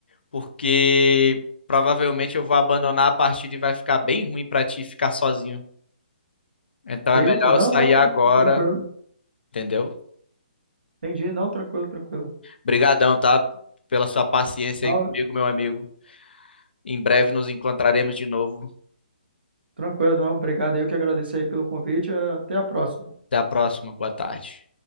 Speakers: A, on the left; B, on the right.
A: porque provavelmente eu vou abandonar a partida e vai ficar bem ruim pra ti ficar sozinho. Então é
B: Eita,
A: melhor
B: não,
A: eu sair
B: não, tran-
A: agora,
B: tranquilo.
A: entendeu?
B: Entendi, não, tranquilo, tranquilo.
A: Obrigadão, tá? Pela sua paciência
B: Não,
A: aí comigo, meu amigo. Em breve nos encontraremos de novo.
B: tranquilo, não, obrigado. Eu que agradeço aí pelo convite. eh, Até a próxima.
A: Até a próxima. Boa tarde.